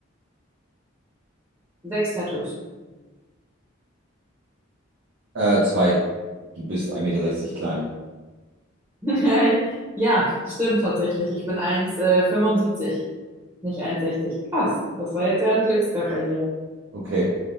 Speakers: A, on the right; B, on the right.
A: sechs Tattoos.
B: äh, zwei. Du bist 1,60 Meter klein.
A: <laughs> Ja, stimmt tatsächlich. Ich bin 1,75, nicht eins Komma sechzig. Krass, das war jetzt ja ein Glückstreffer hier.
B: Okay,